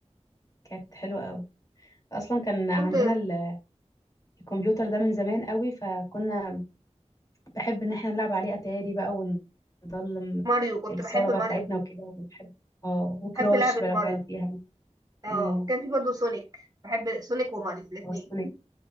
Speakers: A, on the left; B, on the right.
A: كانت حلوة قوي اصلا كان
B: كنت
A: عندنا ال- الكمبيوتر ده من زمان قوي فكنا بحب ان احنا نلعب عليه اتاري بقى ونضلم
B: ماريو كنت
A: الصالة
B: بحب
A: بقى
B: ماريو
A: بتاعتنا وكده ونحب اه وكراش
B: بحب لعبه
A: بقى لو
B: ماريو
A: تعرفيها
B: اه
A: امم
B: وكان في برضه سونيك بحب سونيك وماريو الاثنين
A: او سونيك